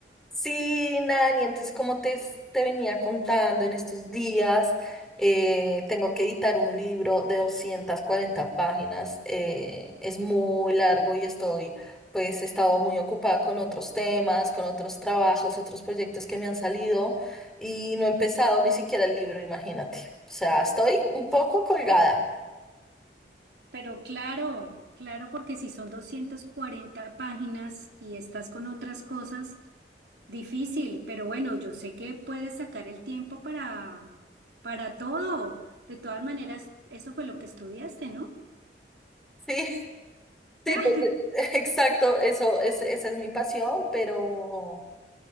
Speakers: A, in the centre; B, on the right.
A: Sí, Nani, entonces como te, s- te venía contando en estos días, eh, tengo que editar un libro de 240 páginas, eh, es muy largo y estoy, pues he estado muy ocupada con otros temas, con otros trabajos, otros proyectos que me han salido y no he empezado ni siquiera el libro, imagínate. O sea, estoy un poco colgada.
B: Pero claro, claro, porque si son 240 páginas y estás con otras cosas, difícil, pero bueno, yo sé que puedes sacar el tiempo para, para todo. De todas maneras, eso fue lo que estudiaste, ¿no?
A: Sí, <laughs> sí,
B: Ah,
A: pues eh, <laughs> exacto, eso, es, esa es mi pasión, pero...